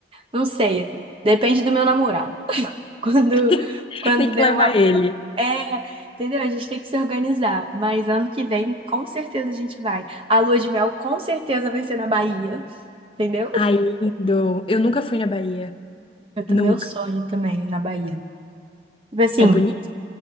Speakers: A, on the right; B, on the left.
A: não sei, depende do meu namorado. <laughs> Quando,
B: <laughs>
A: quando
B: Tem que
A: der
B: levar
A: uma
B: ele.
A: É, entendeu? A gente tem que se organizar. Mas ano que vem, com certeza a gente vai. A lua de mel, com certeza, vai ser na Bahia, entendeu?
B: Ai, lindo! Eu nunca fui na Bahia.
A: Eu t-
B: Nunca.
A: Meu sonho também é na Bahia. Tipo assim,
B: É bonito?